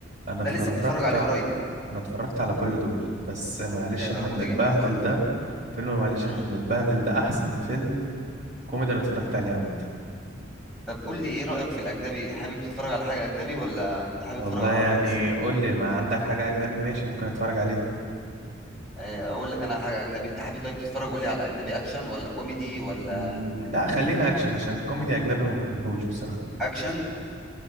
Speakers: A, on the right (about 40°); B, in the centre.
A: انا
B: ده
A: اتفرجت
B: لسه متفرج عليه قريب
A: انا اتفرجت على كل دول بس معلش
B: لا القرموطي
A: احنا بنتبهدل
B: جميل برضه
A: ده فيلم معلش
B: امم
A: احنا بنتبهدل ده احسن فيلم كوميدي انا اتفرجت عليه عامه
B: طب قول لي ايه رايك في الاجنبي حابب تتفرج على حاجه اجنبي ولا انت حابب
A: والله
B: تتفرج على
A: يعني
B: العربي بس
A: قول لي ما عندك حاجه اجنبي ماشي ممكن اتفرج عليها
B: آه، اقول لك انا على حاجه اجنبي انت حابب طيب تتفرج قول لي على اجنبي اكشن ولا كوميدي ولا
A: مم، لا خلينا اكشن عشان الكوميدي اجنبي ما بحبوش بصراحه
B: اكشن